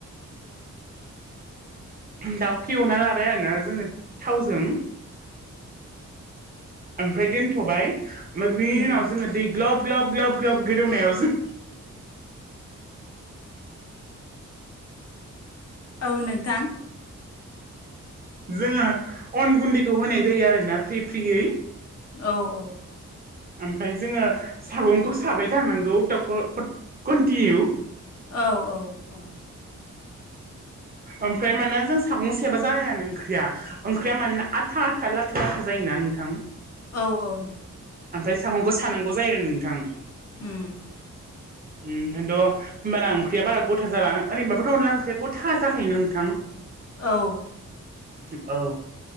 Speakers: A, on the right; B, on the left.
A: दाउखौ एवना लाबाय आरोना जोङो थावजों ओमफ्राय दोनथ'बाय ओमफ्राय बिनि
B: उम
A: उनाव जोङो दै ग्लब ग्लब ग्लब ग्लब गोदौनायाव जों
B: औ नोंथां।
A: जोङो अन गुन्दैखौ होनाय जायो आरोना फ्रि फ्रियै
B: औ औ
A: ओमफ्राय जोङो सागंखौ साबाय थानांगौ टक-कन्टिनिउ
B: औ औ औ
A: ओमफ्राय मानोना जों सागं सेबा जायानो ओंख्रिया ओंख्रिया मानोना आथा लाथा लाथा जायोना नोंथां।
B: औ औ
A: ओमफ्राय सागंखौ सानांगौ जायो आरो नोंथां
B: उम
A: उम ओंखायनोथ' होनबाना ओंख्रिया ग'था जाना ओरैबाबोथ' अनला ओंख्रिया ग'था जाखायो नोंथां।
B: औ
A: औ